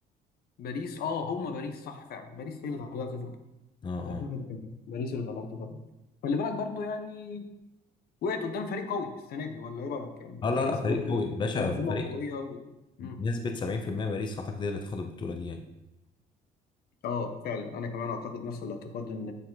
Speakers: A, on the left; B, on the left.
A: باريس اه هم باريس صح فعلا باريس هي اللي طلعت ليفربول
B: اه اه
A: اعتقد ايوه باريس اللي طلعت بره خلي بالك برضو يعني وقعت قدام فريق قوي السنه دي ولا ايه رايك يعني
B: اه
A: باريس
B: لا لا فريق
A: برضو
B: قوي يا باشا
A: منظومه
B: فريق
A: قويه و... مم.
B: بنسبة 70% باريس أعتقد هي اللي تاخد البطولة دي يعني
A: اه فعلا انا كمان اعتقد نفس الاعتقاد ان